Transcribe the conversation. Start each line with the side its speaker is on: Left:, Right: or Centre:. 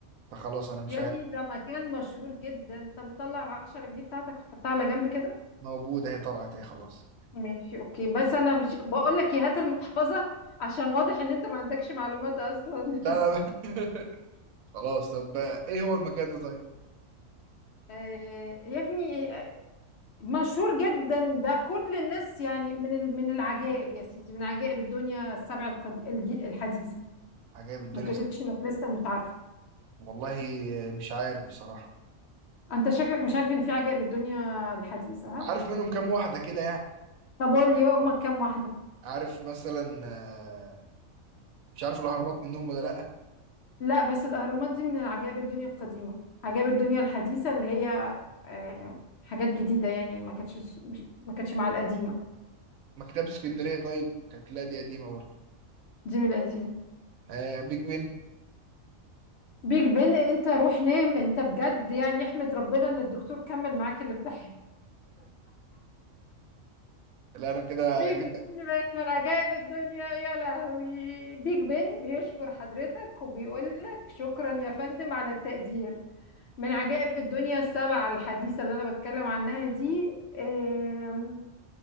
Right: فخلاص انا مش
Left: يا
Right: عارف
Left: ابني ده مكان مشهور جدا طب طلع العشرة جنيه بتاعتك وحطها على جنب كده
Right: موجودة هي طلعت اهي خلاص
Left: ماشي اوكي بس انا مش بقول لك إيه، هات المحفظة عشان واضح ان انت ما عندكش معلومات اصلا
Right: لا لا <laughs> خلاص طب ايه هو المكان ده طيب
Left: <laughs> آه، يا ابني مشهور جدا ده كل الناس يعني من ال- من العجائب يا سيدي من عجائب الدنيا السبع القد- الج- الحديثة
Right: عجائب الدنيا
Left: ما تقوليش انك لسه مش عارفه
Right: والله مش عارف بصراحة
Left: انت شكلك مش عارف ان في عجائب الدنيا الحديثة ها
Right: عارف منهم كام واحدة كده يعني
Left: طب قول لي هما كام واحدة
Right: عارف مثلا آه، مش عارف الأهرامات منهم ولا لأ
Left: لا بس الاهرامات دي من العجائب الدنيا القديمة عجائب الدنيا الحديثة اللي هي آه، حاجات جديدة يعني ما كانتش مش- ما كانتش مع القديمة
Right: مكتبة اسكندرية طيب كانت لا دي قديمة برضه
Left: دي من القديمة
Right: آه بيج بن
Left: بيج بن انت روح نام انت بجد يعني احمد ربنا ان الدكتور كمل معاك الامتحان
Right: لا انا كده
Left: بيج
Right: كده
Left: بن بقت من عجائب الدنيا يا لهوي بيج بن بيشكر حضرتك وبيقول لك شكرا يا فندم على التقدير من عجائب الدنيا السبعة الحديثة اللي أنا بتكلم عنها دي آم،